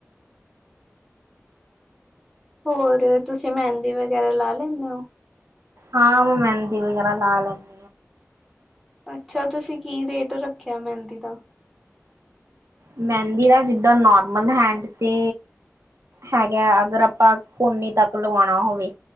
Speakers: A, in the centre; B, on the right.
A: ਹੋਰ, ਤੁਸੀਂ ਮਹਿੰਦੀ ਵਗੈਰਾ ਲਾ ਲੈਨੇ ਓ?
B: ਹਾਂ, ਮੈਂ ਮਹਿੰਦੀ ਵਗੈਰਾ ਲਾ ਲੈੈਂਨੀ।
A: ਅੱਛਾ, ਤੁਸੀਂ ਕੀ ਰੇਟ ਰੱਖਿਆ ਮਹਿੰਦੀ ਦਾ?
B: ਮਹਿੰਦੀ ਦਾ, ਜਿੱਦਾਂ ਨੋਰਮਲ ਹੈਂਡ 'ਤੇ ਹੈਗਾ ਅਗਰ ਆਪਾਂ ਕੋਨੀੇ ਤੱਕ ਲਵਾਉਣਾ ਹੋਵੇ,